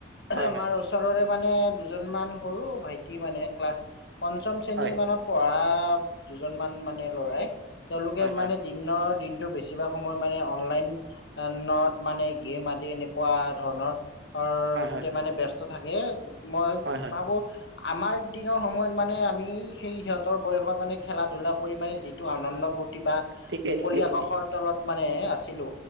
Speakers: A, on the right; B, on the left.
A: হয়
B: আমাৰ
A: হয়
B: ওচৰৰে, মানে, দুজনমান সৰু -ভাইটি মানে ক্লাছ, পঞ্চম -শ্ৰেণীৰ
A: হয়
B: মানত পঢ়া, আঃ দুজন মান মানে লৰাই, তেওঁলোকে
A: হয় হয়
B: মানে
A: হয়
B: দিনৰ - দিন, কিন্তু বেছিভাগ সময় মানে অনলাইন, নদ মানে গেম, আদি এনেকুৱা ধৰণৰ, অ',
A: হয় হয়
B: কে
A: হয়
B: মানে ব্যস্তত, থাকে, মই
A: হয় হয়
B: ভাবো, আমাৰ দিনৰ সময়ত মানে আমি সেই সিহঁতৰ বয়সত মানে খেলা -ধূলা কৰি মানে যিটো আনন্দ ভূত, বা
A: ঠিকেই
B: মুকলি
A: ঠিকেই ঠিকেই
B: আকাশৰ তলত, য়ে আছিলো